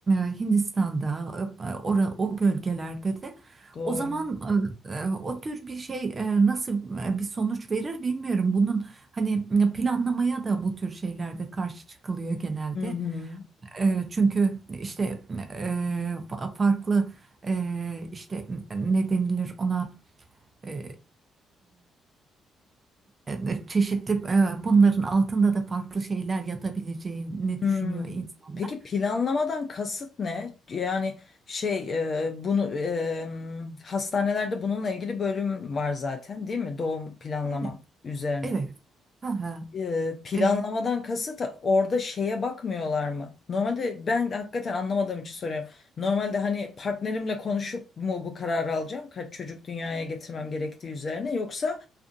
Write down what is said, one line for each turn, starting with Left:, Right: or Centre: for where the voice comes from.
Right: e, Hindistan'da, e, ora, o bölgelerde de.
Left: Doğru.
Right: O zaman e, e, o tür bir şey e, nasıl e, bir sonuç verir bilmiyorum. Bunun hani planlamaya da bu tür şeylerde karşı çıkılıyor genelde.
Left: Hı hı.
Right: E, çünkü işte e, fa- farklı e, işte ne denilir ona e, e, çeşitli e, bunların altında da farklı şeyler yatabileceğini
Left: Hı.
Right: düşünüyor insanlar.
Left: Peki planlamadan kasıt ne? Yani şey e, bunu e, hastanelerde bununla ilgili bölüm var zaten değil mi? Doğum planlama
Right: Evet,
Left: üzerine.
Right: evet. Ha ha.
Left: E, planlamadan
Right: E,
Left: kasıt orada şeye bakmıyorlar mı? Normalde ben hakikaten anlamadığım için soruyorum. Normalde hani partnerimle konuşup mu bu kararı alacağım? Kaç çocuk dünyaya getirmem gerektiği üzerine yoksa